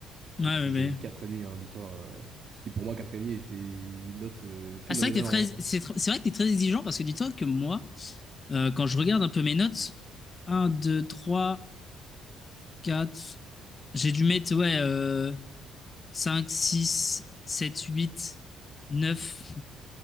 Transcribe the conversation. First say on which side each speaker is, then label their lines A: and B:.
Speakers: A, on the left (about 30°); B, on the right (about 50°).
A: Ouais,
B: Donc,
A: ouais,
B: j'avais
A: ouais.
B: mis 4,5, hein, dis-toi. euh, ce qui, pour moi, quatre et demi était une note euh, phénoménale
A: Ah, c'est vrai que t'es très,
B: en vrai.
A: c'est tr- c'est vrai que t'es très exigeant parce que dis-toi que moi, euh, quand je regarde un peu mes notes, un deux trois quatre j'ai dû mettre, ouais, euh, 5, 6, 7, 8, 9.